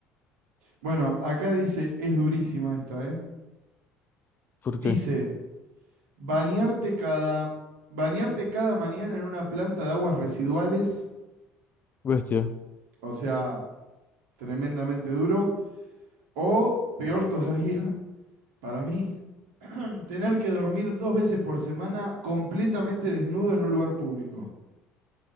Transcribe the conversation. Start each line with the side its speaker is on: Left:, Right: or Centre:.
Right: Bueno, acá dice, es durísima esta, ¿eh?
Left: ¿Por
Right: Dice,
Left: qué?
Right: bañarte cada, bañarte cada mañana en una planta de aguas residuales,
Left: Bestia.
Right: o sea, tremendamente duro, o peor todavía, <laughs> para mí, <clears throat> tener que dormir dos veces por semana completamente desnudo en un lugar público.